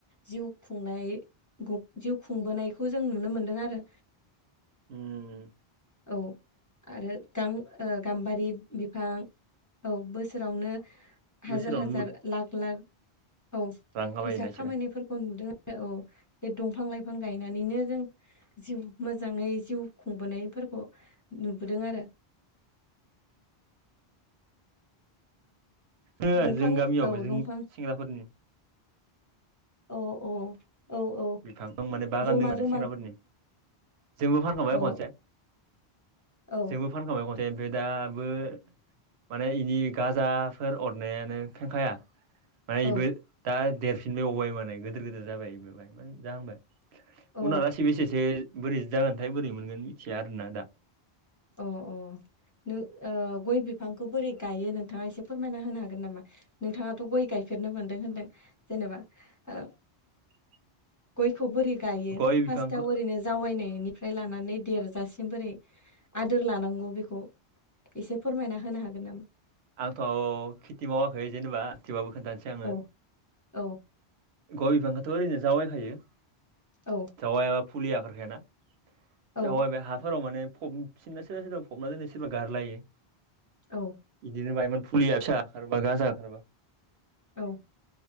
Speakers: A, on the left (about 20°); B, on the right (about 80°).
A: जिउ खुंनाय जिउ खुंबोनायखौ जों नुनो मोनदों आरो
B: उम
A: औ आरो गां गाम्बारि बिफां औ बोसोरावनो
B: बोसोरावनो
A: हाजार हाजार
B: बुहुद
A: लाख लाख औ
B: रां खामायोना
A: फैसा खामायनायफोरखौ
B: इसोरो
A: नुदों औ बे दंफां लाइफां गायनानैनो जों जिउ मोजांङै जिउ खुंबोनायफोर नुबोदों आरो
B: हो
A: दंफां
B: जों गामियावबो
A: औ
B: जों
A: दंफां
B: सेंग्राफोरनि
A: अ अ औ औ
B: बिफां माने बागानदों
A: जमा
B: माने
A: जमा
B: सेंग्राफोरनि जोंबो फानखांबाय
A: अ
B: खनसे
A: औ
B: जोंबो फानखांबाय फ्राय दाबो माने इनि गाजाफोर अरनायानो फेंखाया माने
A: अ
B: इबो दा देरफिनबाय अबबाय माने गोदोर गोदोर जाबाय बेबो बाय म जाह होनबाय
A: अ
B: उनालासेै बेसेसो बोरै जागोनथाय बोरै मोनगोन मिथिया आरोना दा
A: ओ ओ नो ओ गय बिफांखौ बोरै गायो नोंथाङा एसे फोरमायना होनो हागोन नामा नोंथाङाथ' गय गाय फेरनो मोनदों होनदों जेनेबा ओ
B: <inaudible>
A: गयखौ बोरै गायो
B: गय बिफांखौ
A: फास्ताव ओरैनो जावायनायनिफ्राय लानानै देरजासिम बोरै आदोर लानांगौ बेखौ एसे फोरमायना होनो हागोन नामा?
B: आंथ' खेथि मावाखै जेनेबा थेवबाबो खोन्थानोसै आङो
A: औ औ
B: गय बिफांखौथ' ओरैनो जावायखायो
A: औ
B: जावायाबा फुलि ओखारखायाना।
A: औ
B: जावायबा हाफोराव माने फबसिनना सोरबा सोरबा फबना दोनो सोरबा गारलायो।
A: औ
B: बिदिनो बायोमोन फुलिया फिसा हाखारबा गाजा हाखारबा
A: औ